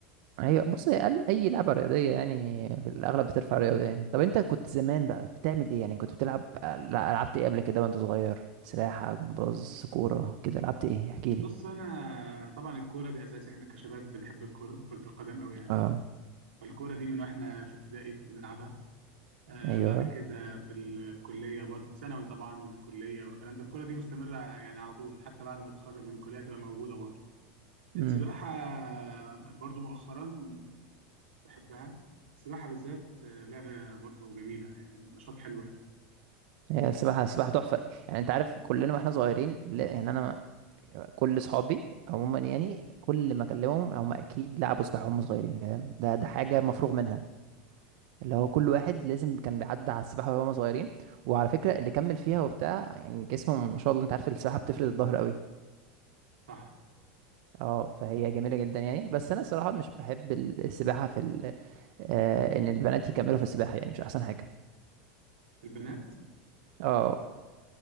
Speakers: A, on the right; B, on the right.
A: ايوه بص هي ال- اي لعبة رياضية يعني في الاغلب بترفع رياضة يعني طب انت كنت زمان بقى بتعمل ايه يعني كنت بتلعب لا، لعبت ايه قبل كده وانت صغير سباحة جمباز كورة كده لعبت ايه احكي لي
B: بص انا طبعا الكوره دي اساسي احنا كشباب بنحب الكوره كره القدم قوي يعني
A: اه
B: الكورة دي من واحنا في ابتدائي بنلعبها آه
A: ايوه
B: بعد كده في الكلية برضه ثانوي طبعا والكلية والكلام ده الكورة دي مستمرة يعني على طول حتى بعد ما تتخرج من الكلية تبقى موجودة برضه السباحة
A: امم
B: برضه مؤخرا بحبها السباحة بالذات آه، لعبة برضه جميلة يعني نشاط حلو يعني
A: هي السباحة السباحة تحفة يعني انت عارف كلنا واحنا صغيرين لا يعني انا كل صحابي عموما يعني كل ما اكلمهم هم اكيد لعبوا سباحه وهم صغيرين فاهم ده ده حاجه مفروغ منها اللي هو كل واحد لازم كان بيعدي على السباحه وهم صغيرين وعلى فكره اللي كمل فيها وبتاع يعني جسمه ما شاء الله انت عارف السباحه بتفرد الظهر قوي
B: صح
A: اه فهي جميله جدا يعني بس انا الصراحه مش بحب السباحه في ال... آه ان البنات يكملوا في السباحه يعني مش احسن حاجه
B: البنات
A: اه